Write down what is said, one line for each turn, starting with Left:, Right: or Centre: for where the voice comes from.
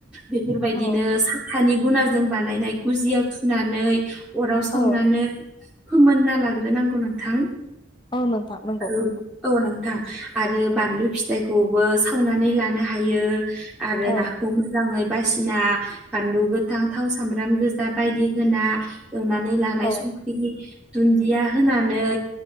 Centre: बेफोरबायदिनो
Left: औ
Centre: सा थानि गुनाजों बानायनाय गुजियाव थुनानै अराव सावनानै
Left: औ
Centre: फोमोनना लाग्रोनांगौ नोंथां
Left: औ नोंथां नंगौ
Centre: औ
Left: नंगौ
Centre: औ नोंथां आरो बानलु फिथाइखौबो सावनानै लानो हायो आरो
Left: औ
Centre: नाखौ मोजाङै बासिना बानलु गोथां थाव सामब्राम गोजा बायदि होना एवनानै लानाय
Left: औ
Centre: स <unintelligible> दुनदिया होनानै